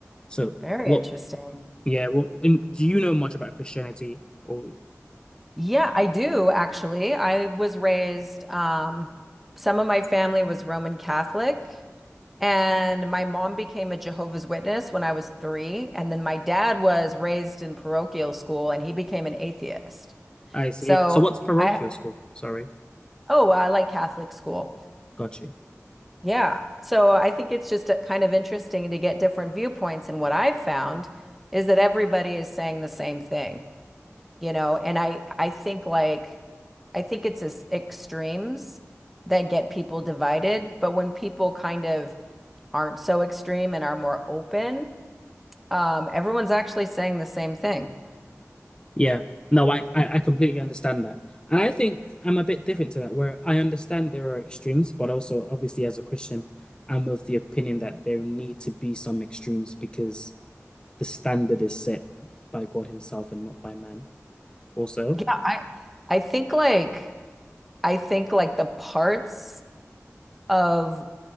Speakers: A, on the left; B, in the centre.
A: So
B: Very
A: what?
B: interesting.
A: Yeah. What? In, do you know much about Christianity? Or
B: Yeah, I do actually. I was raised, um, some of my family was Roman Catholic, and my mom became a Jehovah's Witness when I was three. And then my dad was raised in parochial school and he became an atheist.
A: I see.
B: So
A: So what's parochial
B: I,
A: school? Sorry,
B: oh, I like Catholic school.
A: got you.
B: Yeah. So I think it's just uh, kind of interesting to get different viewpoints. And what I've found is that everybody is saying the same thing. you know, and I I think like I think it's as extremes that get people divided, but when people kind of aren't so extreme and are more open, um, everyone's actually saying the same thing.
A: Yeah. No, I, I, I completely understand that. And I think I'm a bit different to that, where I understand there are extremes, but also obviously as a Christian, I'm of the opinion that there need to be some extremes because the standard is set by God Himself and not by man. Also,
B: Yeah, I I think like I think like the parts of